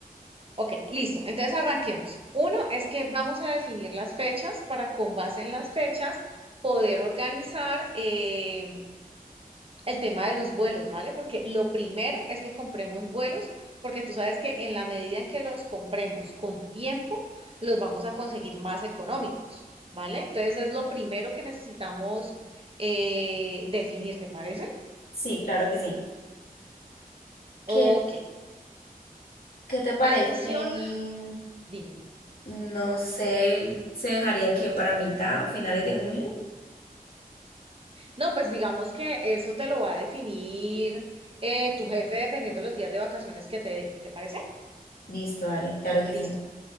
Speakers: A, on the right (about 35°); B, on the left (about 70°).
A: Ok, listo. Entonces arranquemos. Uno es que vamos a definir las fechas para con base en las fechas poder organizar eh, el tema de los vuelos, ¿vale? Porque lo primero es que compremos vuelos, porque tú sabes que en la medida en que los compremos con tiempo, los vamos a conseguir más económicos, ¿vale? Entonces es lo primero que necesitamos eh, definir, ¿te parece?
B: Sí, claro que sí. ¿Qué,
A: Ok.
B: qué te parece?
A: Adición, dime.
B: No sé, ¿se dejaría aquí para mitad o finales de junio?
A: No, pues digamos que eso te lo va a definir eh, tu jefe dependiendo de los días de vacaciones que te dé. ¿Te parece?
B: Listo, dale, claro que
A: Listo.
B: sí.